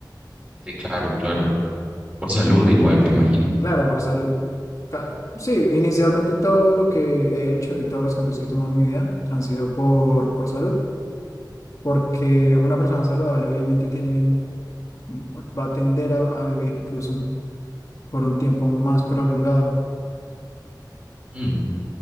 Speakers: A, on the right (about 20°); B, on the left (about 45°).
A: sí, claro, claro. Por salud igual, me imagino.
B: Claro, por salud. Ca- Sí, inicialmente todo lo que he hecho y todos los cambios que he tomado en mi vida han sido por, por salud, porque una persona saludable obviamente tiene va va a tender a, a vivir incluso un- por un tiempo más prolongado.
A: Mm.